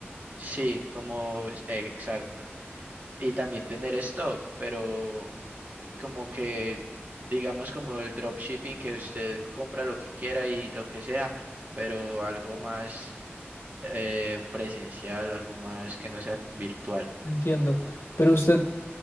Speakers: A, on the right; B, on the left.
A: Sí, como, exacto y también tener stock, pero como que digamos como el dropshipping que usted compra lo que quiera y lo que sea, pero algo más eh, presencial, algo más que no sea virtual.
B: entiendo. Pero usted,